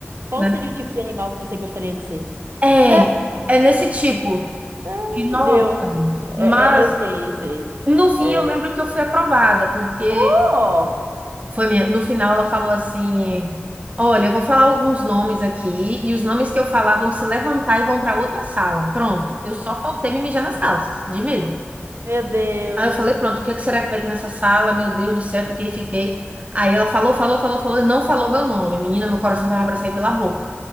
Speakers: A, on the right; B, on the right.
A: Qual
B: né?
A: seria o tipo de animal que você gostaria de ser?
B: É,
A: É,
B: é nesse tipo.
A: ai,
B: E nossa,
A: Deus. É,
B: mas
A: é, eu sei, eu sei.
B: no fim
A: É,
B: eu lembro que eu fui aprovada, porque
A: oh!
B: foi minha, no final ela falou assim: "Olha, eu vou falar alguns nomes aqui e os nomes que eu falar vão se levantar e vão para outra sala". Pronto, eu só faltei me mijar nas calças, de medo.
A: Meu Deus.
B: Aí eu falei, pronto, o que é que será que vai ter nessa sala? Meu Deus do céu, fiquei, fiquei. Aí ela falou, falou, falou, falou e não falou meu nome. Menina, meu coração tava pra sair pela boca.